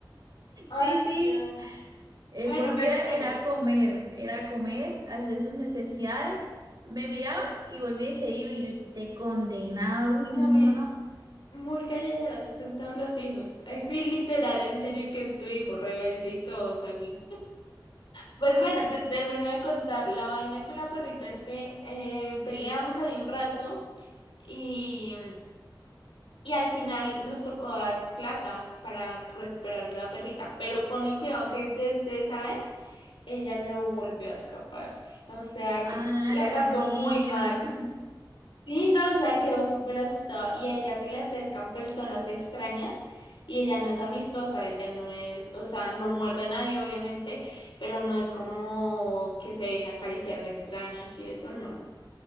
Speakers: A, on the left; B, on the right.
A: Ay,
B: Sí, sí,
A: no.
B: él
A: Bueno,
B: volvía,
A: pues bueno,
B: era a comer, era a comer, a hacer sus necesidades. Me miraba y volvía y se iba. Y yo, esté condenado.
A: muy,
B: Uy, no, no, no, no.
A: muy callejera, así son todos los hijos. Ay, sí, literal, en serio que es tu hijo rebelde y todo, salió. Pues bueno, te termino de contar la vaina con la perrita, es que eh, peleamos ahí un rato y, y al final nos tocó dar plata para recuperar a la perrita, pero ponle cuidado que desde esa vez ella no volvió a escaparse, o sea,
B: Ah,
A: yo creo que la
B: le agarró
A: pasó
B: miedo.
A: muy mal.
B: <laughs>
A: Sí, no, o sea, quedó súper asustado y a ella se le acercan personas extrañas y ella no es amistosa, ella no es, o sea, no muerde a nadie obviamente, pero no es como que se deje acariciar de extraños y eso no.